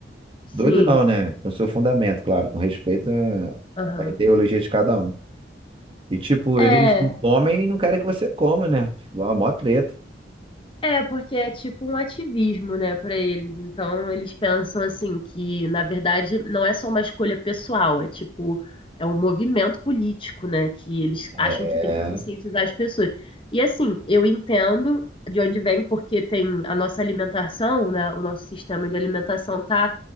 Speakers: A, on the left; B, on the right.
A: sim.
B: Doido não, né? No seu fundamento, claro, com respeito à
A: Aham.
B: à ideologia de cada um. E tipo,
A: É,
B: eles não comem e não querem que você coma, né? Mó mó treta.
A: É, porque é tipo um ativismo, né, para eles. Então, eles pensam assim que, na verdade, não é só uma escolha pessoal, é tipo é um movimento político, né, que eles
B: É.
A: acham que tem que conscientizar as pessoas. E assim, eu entendo de onde vem, porque tem a nossa alimentação, né, o nosso sistema de alimentação tá